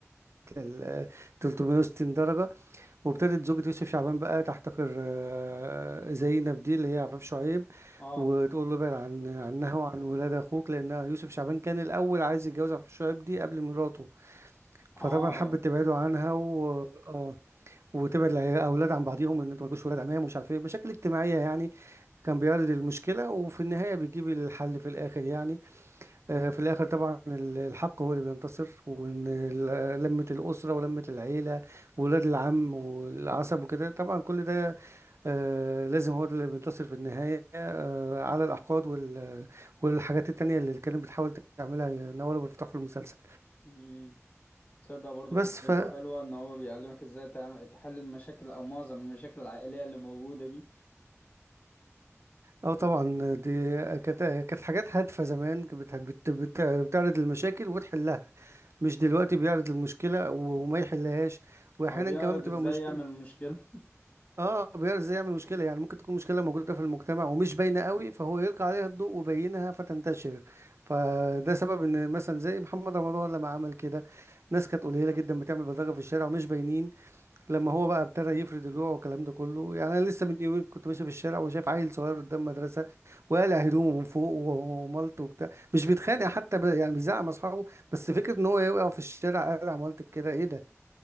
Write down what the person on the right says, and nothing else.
لل 360 درجة وابتدت زوجة يوسف شعبان بقى تحتقر آه، زينب دي اللي هي عفاف شعيب
وتقول له ابعد عن عنها وعن ولاد اخوك لان يوسف شعبان كان الاول عايز يتجوز عفاف شعيب دي قبل مراته فطبعا
حبت تبعده عنها و آه، وتبعد الاولاد عن بعضيهم ان انتوا مالكوش ولاد عمام ومش عارف ايه مشاكل اجتماعيه يعني كان بيعرض المشكله وفي النهايه بيجيب الحل في الاخر يعني آه، في الآخر طبعا ال- الحق هو اللي بينتصر وإن ال- لمة الأسرة ولمة العيلة وولاد العم والعصب وكده طبعا كل ده آه، لازم هو ده اللي بينتصر في النهاية آه، على الأحقاد وال- والحاجات التانية اللي كانت بتحاول تعملها نوال أبو الفتح في المسلسل
بس
ف
اه طبعا دي كانت كانت حاجات هادفة زمان كانت بت... بت... بت... بتعرض المشاكل وتحلها مش دلوقتي بيعرض المشكلة وما يحلهاش وأحيانا
كمان بتبقى
مشكلة
اه بيعرف ازاي يعمل مشكله يعني ممكن تكون مشكله موجوده في المجتمع ومش باينه قوي فهو يلقي عليها الضوء وبينها فتنتشر فده سبب ان مثلا زي محمد رمضان لما عمل كده ناس كانت قليله جدا بتعمل بلطجه في الشارع ومش باينين لما هو بقى ابتدى يفرد الوعي والكلام ده كله يعني انا لسه من يومين كنت ماشي في الشارع وشايف عيل صغير قدام مدرسه وقالع هدومه من فوق ومالته وبتاع مش بيتخانق حتى ب... يعني بيزعق مع اصحابه بس فكره ان هو يقع في الشارع قالع مالتك كده ايه ده